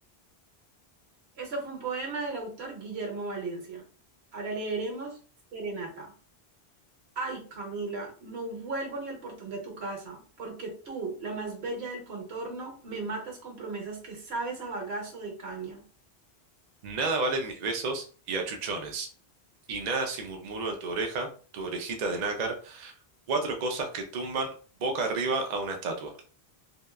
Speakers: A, on the right; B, on the right.
A: Esto fue un poema del autor Guillermo Valencia. Ahora leeremos Serenata. Ay, Camila, no vuelvo ni al portón de tu casa, porque tú, la más bella del contorno, me matas con promesas que sabes a bagazo de caña.
B: Nada valen mis besos y achuchones. Y nada si murmuro en tu oreja, tu orejita de nácar, cuatro cosas que tumban boca arriba a una estatua.